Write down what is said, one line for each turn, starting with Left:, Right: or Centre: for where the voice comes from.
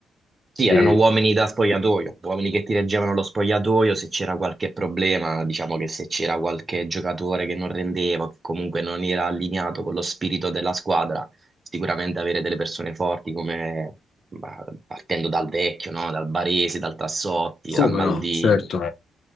Right: Sì,
Left: E...
Right: erano uomini da spogliatoio, uomini che ti reggevano lo spogliatoio se c'era qualche problema, diciamo che se c'era qualche giocatore che non rendeva, che comunque non era allineato con lo spirito della squadra, Sicuramente avere delle persone forti come ma, partendo dal Vecchio, no? Dal Baresi, dal Tassotti,
Left: Come
Right: dal Maldini.
Left: no, certo.